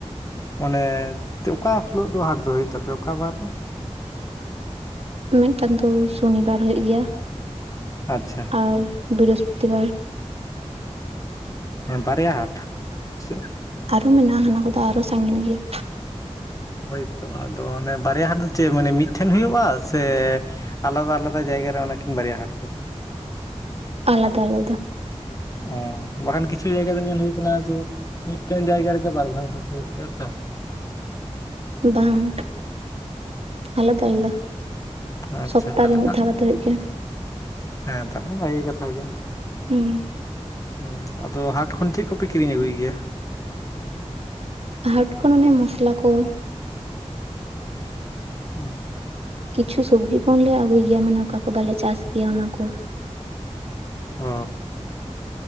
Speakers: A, on the left; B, on the right.
A: ᱢᱟᱱᱮ ᱚᱠᱟ ᱦᱤᱞᱳ ᱫᱚ ᱦᱟᱴ ᱫᱚ ᱦᱩᱭᱩᱜ ᱛᱟᱯᱮᱭᱟ ᱚᱠᱟ ᱵᱟᱨ ᱫᱚ
B: ᱢᱮᱫᱴᱟᱝ ᱫᱚ ᱥᱚᱱᱤᱵᱟᱨ ᱦᱩᱭᱩᱜ ᱜᱮᱭᱟ᱾
A: ᱟᱪᱪᱷᱟ
B: ᱟᱨ ᱵᱨᱤᱦᱚᱥᱯᱚᱛᱤᱵᱟᱨ᱾
A: ᱚ ᱵᱟᱨᱭᱟ ᱦᱟᱴ ᱥᱮ
B: ᱟᱨᱚ ᱢᱮᱱᱟᱜ-ᱟ ᱦᱟᱱᱟ ᱠᱚᱫᱚ ᱟᱨᱚ ᱥᱟᱺᱜᱤᱧ ᱜᱮᱭᱟ᱾
A: ᱦᱳᱭᱛᱳ ᱟᱫᱚ ᱚᱱᱮ ᱵᱟᱨᱭᱟ ᱦᱟᱴ ᱫᱚ ᱪᱮᱫ ᱢᱟᱱᱮ ᱢᱤᱫᱴᱷᱮᱱ ᱦᱩᱭᱩᱜᱼᱟ ᱥᱮ ᱟᱞᱟᱫᱟ ᱟᱞᱟᱫᱟ ᱡᱟᱭᱜᱟ ᱨᱮ ᱚᱱᱟᱠᱤᱱ ᱵᱟᱨᱭᱟ ᱦᱟᱴ ᱫᱚ ᱾
B: ᱟᱞᱟᱫᱟ ᱟᱞᱟᱫᱟ ᱾
A: ᱚ ᱵᱟᱠᱷᱟᱱ ᱠᱤᱪᱷᱩ ᱡᱟᱭᱜᱟ ᱫᱚ ᱧᱮᱞ ᱦᱳᱭ ᱠᱟᱱᱟ ᱡᱮ ᱢᱤᱫᱴᱮᱱ ᱡᱟᱭᱜᱟ ᱨᱮᱜᱮ ᱵᱟᱨ ᱫᱷᱟᱣ ᱦᱟᱴ ᱦᱩᱭᱩᱜ ᱜᱮᱭᱟ ᱛᱚ ᱾
B: ᱵᱟᱝ, ᱟᱞᱟᱫᱟ ᱟᱞᱟᱫᱟ ᱾
A: ᱟᱪᱪᱷᱟ
B: ᱥᱚᱯᱛᱟ
A: ᱛᱟᱦᱚᱞᱮ
B: ᱨᱮ ᱢᱤᱫ
A: ᱠᱷᱟᱱ
B: ᱫᱷᱟᱣ ᱠᱟᱛᱮᱜ ᱦᱩᱭᱩᱜ ᱜᱮᱭᱟ ᱾
A: ᱦᱮᱸ ᱛᱟᱞᱦᱮ ᱵᱷᱟᱹᱜᱤ ᱠᱟᱛᱷᱟ ᱜᱮ ᱾
B: ᱦᱩᱸ ᱾
A: ᱦᱩᱸ ᱟᱫᱚ ᱦᱟᱴ ᱠᱷᱚᱱ ᱪᱮᱫ ᱠᱚᱯᱮ ᱠᱤᱨᱤᱧ ᱟᱹᱜᱩᱭ ᱜᱮᱭᱟ ᱾
B: ᱦᱟᱴ ᱠᱷᱚᱱ ᱚᱱᱮ ᱢᱚᱥᱞᱟ ᱠᱚ ᱾
A: ᱦᱩᱸ
B: ᱠᱤᱪᱷᱩ ᱥᱚᱵᱽᱡᱤ ᱠᱷᱚᱱᱞᱮ ᱟᱜᱩᱭ ᱜᱮᱭᱟ ᱢᱟᱱᱮ ᱚᱠᱟ ᱠᱚ ᱵᱟᱞᱮ ᱪᱟᱥ ᱜᱮᱭᱟ ᱚᱱᱟ ᱠᱚ ᱾
A: ᱚ